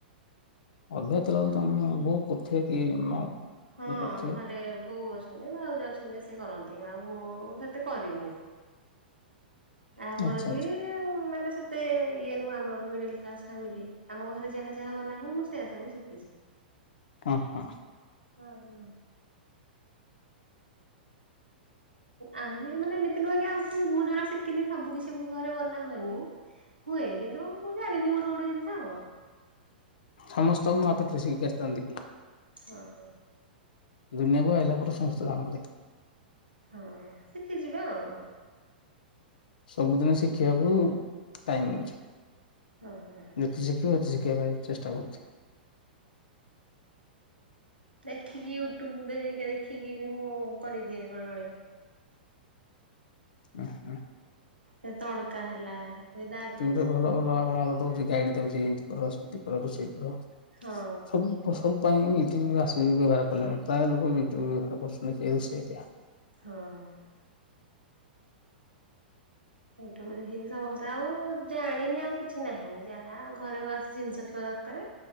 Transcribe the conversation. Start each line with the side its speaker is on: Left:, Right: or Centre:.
Left: ଅଭ୍ୟାତ ତିଲ ତମେ ବୋଉ କରୁଥାଏ କି?
Right: ହଁ
Left: ଇଏ କରୁଥିବେ
Right: ଘରେ ବୋଉ ଅଛ ଅଛନ୍ତି ଭାଉଜ ଅଛନ୍ତି ସିଏ କରନ୍ତି ଆଉ ମୁଁ ସେତେ କରିନି। ଆମର
Left: ଆଚ୍ଛା
Right: ବି
Left: ଆଚ୍ଛା
Right: ମାନେ ସେ ତେ ଇଏ ନୁହଁ ଆମରୋ ମିଡଲ କ୍ଲାସ ଫାମିଲି ଆମ ଘରେ ଯାହା ଯାହା ବନା ହୁଏ ମୁଁ ସେୟା ସବୁ ଶିଖିଚି।
Left: ଅ ହଁ।
Right: ହଁ ହଁ। ଆହୁରି ମାନେ ଏମିତି ନୁହେଁ କି ଆଉ ମୁଁ ଯୋଉରା ଶିକିନି ସବୁ କିିଛି ଘରେ ବନା ହୁଏନି। ହୁଏ କିନ୍ତୁ ମୁଁ ଜାଣିନିବୋହୁତ ଗୁଡ଼େ ଜିନିଷ।
Left: ସମସ୍ତଙ୍କୁ ମତ ପାଥରେ ଶିକିକି ଆସତାନ୍ତି।
Right: ହଁ ହୋଉ।
Left: ଦୁନିଆକୁ ଆଇଲା ପରେ ସମସ୍ତେ ଜାଣନ୍ତି।
Right: ହଁ ଶିଖିଯିବେ ଆଉ।
Left: ସବୁଦିନ ଶିଖିବାକୁ ଟାଇମ ଅଛି।
Right: ହଁ।
Left: ଯେତେ ଶିଖିବ ସେତେ ଶି କିବା ପାଇଁଁ ଚେଷ୍ଟା କରୁଚି।
Right: ଦେଖିକି ୟୁଟ୍ୟୁବ ଦେ ଦେଖିକି ବି ମୁଁ କରିଦିଏ ବେଳେ ବେଳେ।
Left: ଆ ହାଁ।
Right: ସେ ତଡ଼କା ହେଲା ଏଇତାଲ
Left: ଏ ଭଲ ଭଲ ଆପଣଙ୍କର ଦୋଉଚି ଗାଇଡି ଦୋଉଚି ଏମତି ରୋଷେଇ କର
Right: ହଁ
Left: ସବୁ। ଫସବ ପାଇଁ ୟୁଟ୍ୟୁବ ଆସିକି ବ୍ୟବହାର କଲେଣି ପ୍ରାୟ ଲୋକ ୟୁଟ୍ୟୁବ ବ୍ୟବହାର କରୁଛନ୍ତି ସେଇ ରୋଷେଇଟା।
Right: ହଁ। ୟୁଟ୍ୟୁବ ଦେଖିକି ସମସ୍ତେ ଆଉ ଜାଣିନି ଆଉ କିଛି ନାହିଁ ଯାହା ଘରେ ବାସ୍ ଜିନିଷ ଥିବା ଦରକାରେ।